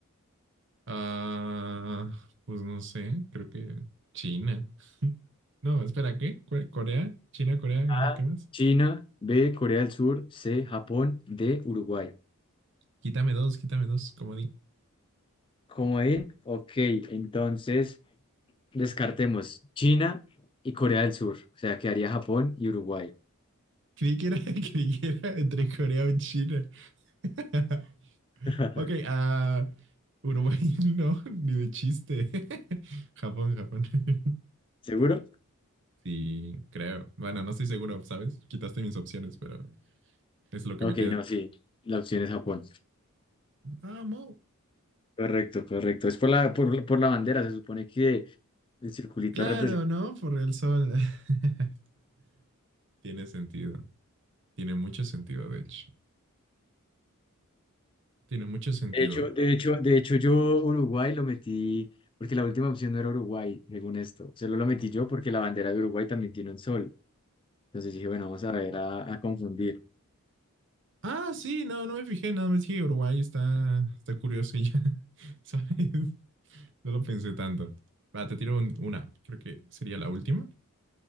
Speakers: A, on the right (about 55°); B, on the left (about 20°).
A: Ah, pues no sé, creo que China. No, espera, ¿qué? ¿Cuál- ¿Corea? ¿China, Corea? ¿Era
B: A,
A: qué más?
B: China, B, Corea del Sur, C, Japón, D, Uruguay.
A: Quítame dos, quítame dos, comodín.
B: Como ahí, ok, entonces descartemos China y Corea del Sur, o sea, quedaría Japón y Uruguay.
A: Creí que era, <laughs> creí que era entre Corea o China. <laughs>
B: <laughs>
A: ok, ah, Uruguay <laughs> no, ni de chiste. <laughs> Japón, Japón. <laughs>
B: ¿Seguro?
A: sí, creo. Bueno, no estoy seguro, ¿sabes? Quitaste mis opciones, pero es lo que
B: Ok,
A: me queda.
B: no, sí, la opción es Japón.
A: Vamos.
B: Correcto, correcto. Es por la, por, por la bandera, se supone que el circulito
A: Claro,
B: representa
A: ¿no? Por el sol. <laughs> Tiene sentido. Tiene mucho sentido, de hecho. Tiene mucho sentido.
B: De hecho, de hecho, de hecho, yo Uruguay lo metí porque la última opción no era Uruguay, según esto. Solo lo metí yo porque la bandera de Uruguay también tiene un sol. Entonces dije, bueno, vamos a ver a, a confundir.
A: Ah, sí, no, no me fijé, nada más que Uruguay está, está curioso y ya, <laughs> ¿sabes? No lo pensé tanto. Va, te tiro un- una. Creo que sería la última.